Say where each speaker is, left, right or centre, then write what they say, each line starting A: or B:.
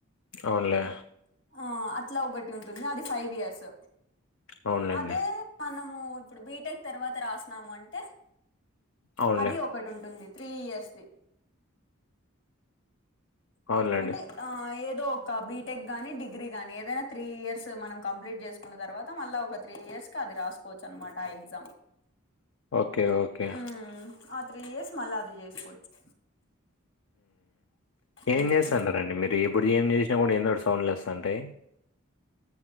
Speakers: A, on the left (about 75°); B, on the left (about 60°).
A: అవునులే
B: ఆ అట్లా ఒకటి ఉంటుంది అది ఫైవ్ ఇయర్స్
A: అవునులేండి
B: అదే మనము ఇప్పుడు బీటెక్ తర్వాత రాసన్నాము అంటే
A: అవునులే
B: అది ఒకటి ఉంటుంది త్రీ ఇయర్స్ది
A: అవున్ లేండి
B: అంటే ఆ ఏదో ఒక బీటెక్ గాని డిగ్రీ గాని ఏదైనా త్రీ ఇయర్స్ మనం కంప్లీట్ చేసు కున్న తర్వాత మళ్ళీ ఒక త్రీ ఇయర్స్ కి అది రాసుకోవచ్చు అనమాట ఆ ఎగ్జామ్
A: ఓకే ఓకే
B: ఉమ్ ఆ త్రీ ఇయర్స్ మళ్ళా అది చేసుకోవచ్చు
A: ఏం
B: ఉమ్
A: చేస్తాంటారండి మీరు ఎప్పుడు ఏం చేసినా కూడా ఏందోటి సౌండ్లు వస్తా అంటే